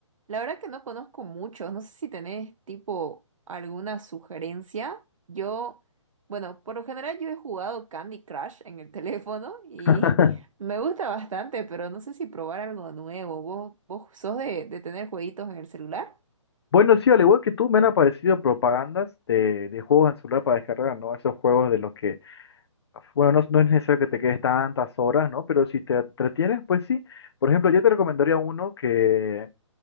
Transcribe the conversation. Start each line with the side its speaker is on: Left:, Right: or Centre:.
Right: la verdad que no conozco muchos, no sé si tenés tipo alguna sugerencia. Yo, bueno, por lo general yo he jugado Candy Crush en el <laughs> teléfono y
Left: <laughs>
Right: me gusta bastante, pero no sé si probar algo nuevo. ¿Vos, vos sos de, de tener jueguitos en el celular?
Left: Bueno, sí, al igual que tú, me han aparecido propagandas de, de juegos en celular para descargar, ¿no? Esos juegos de los que, bueno, no, no es necesario que te quedes tantas horas, ¿no? Pero si te entretienes, pues sí. Por ejemplo, yo te recomendaría uno que,